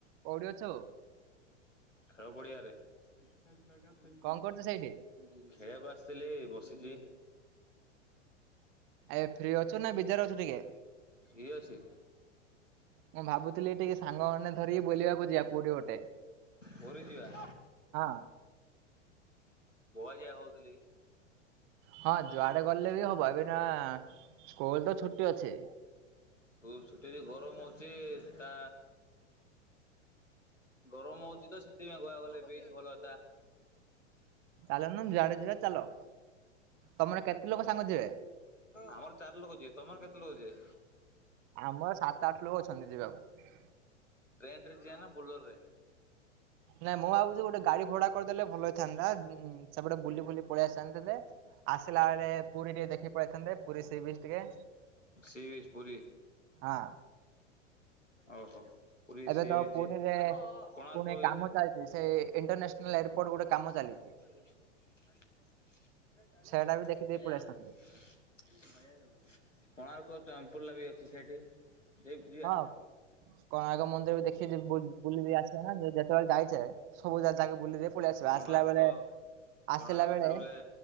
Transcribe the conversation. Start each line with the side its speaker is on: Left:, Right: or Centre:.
Right: କୋଉଠି ଅଛୁ?
Left: ଖେଳ ପଡିଆ ରେ, ଜଉ ଆଡ ପି
Right: କଣ କରୁଛୁ ସେଇଠି?
Left: <inaudible> ଖେଳିବାକୁ ଆସିଥିଲି ବସିଛି।
Right: ଏ ଫ୍ରୀ ଅଛୁ ନା ବିଜାର ଅଛୁ ଟିକେ
Left: ଫ୍ରୀ ଅଛି
Right: ମୁଁ ଭାବୁଥିଲି ଟିକେ ସାଙ୍ଗମାନେ ଧରିକି ବୁଲିବାକୁ ଯିବା ପୁରୀ ଗୋଟେ
Left: ପୁରିଯିବା।
Right: ହଁ
Left: ବୁଆ ଯା ହଉଥିଲି
Right: ହଁ ଯୁଆଡେ ଗଲେ ବି ହବ ଏବେ ନା ସ୍କୁଲ ତ ଛୁଟି ଅଛି।
Left: ସ୍କୁଲ ଛୁଟିରେ ଗରମ ଅଛି ତା ଗରମ ହଉଛି ତ ସେଥିପାଇଁ ଗୁଆ ଗଲେ ବିଚ ଭଲ
Right: ଚାଲ ଜୁଆଡେ ଯିବା ଚାଲ। ତମର କେତେ ଲୋକ ସାଙ୍ଗ ଥିବେ।
Left: ଆମର ଚାରି ଲୋକ ଯିବେ ତମର କେତେ ଲୋକ ଯିବେ।
Right: ଆମର ସାତ ଆଠ ଲୋକ ଅଛନ୍ତି ଯିବାକୁ।
Left: ଟ୍ରେନ ରେ ଯିବା ନା ବୋଲେୋର ରେ।
Right: ନାଇଁ ମୁଁ ଭାବୁଛି ଗୋଟେ ଗାଡି ଭଡା କରିଦେଲେ ଭଲ ହେଇଥାନ୍ତା ସେପଟେ ବୁଲି ଫୁଲି ପଳେଇଆସ। ଜଣିନ୍ତେ ଆସିଲା ବେଳେ ପୁରୀ ଟିକେ ଦେଖି ପଳେଇଥାନ୍ତେ ପୁରୀ ସିବିଚ ବି ଟିକେ
Left: ସେ ଯାଇଚି ପୁରି
Right: ହଁ
Left: ଓହୋ। ପୁରୀ
Right: ଏବେ
Left: ସି
Right: ତ
Left: ବିଚ୍
Right: ପୁଣିରେ
Left: ଯିବା କୋଣାର୍କ
Right: ପୁଣି
Left: ବି
Right: କାମ ଚାଲିଛି ସେ ଇଣ୍ଟରନ୍ୟାସନାଲ ଏୟାରପୋର୍ଟ ଗୋଟେ। କାମ ଚାଲିଛି।
Left: ଭଆ
Right: ସେଇଟା ବି ଦେଖିଦେଇ ପଳେଇ ଆସିଥାନ୍ତେ।
Left: <inaudible> କୋଣାର୍କ ଟେମ୍ପୁଲ ଲାଗି ଅଛି ସେଠି। ଯିବା
Right: ହଁ କୋଣାର୍କ ମନ୍ଦିର ବି ଦେଖିକି ବୁଲି ବିି ଆସିବେ ନା ଯେତେବେଳେ ଯାଇଛେ ସବୁ ଜାଗ ଯକେ ବୁଲିଦ ପଳେଇ ଆସିବ
Left: କୋଣାର୍କ
Right: ଆସିଲା ବେଳେ
Left: କୋଣାର୍କ
Right: ଆସିଲା ବେଳେ
Left: ଛେଡ଼ୁ ବଲେ